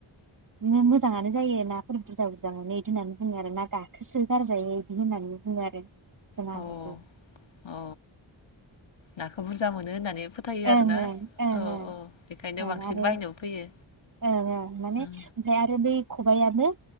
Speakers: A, on the right; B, on the left.
A: बिनो मोजाङानो जायो नाफोर बुरजा बुरजा मोनो बिदि होननानै बुङो आरो ना गाखोसो गारजायो बिदि होननानै बुङो आरो जोंहा
B: औ
A: आबौखौ
B: औ नाखौ बुरजा मोनो होननानै फोथायो
A: ओं
B: आरोना
A: ओं ओं
B: औ
A: ओं
B: औ बेखायनो
A: ओं
B: बांसिन
A: आरो
B: बायनोबो फैयो
A: ओं ओं माने
B: उम
A: ओमफ्राय आरो बै खबायाबो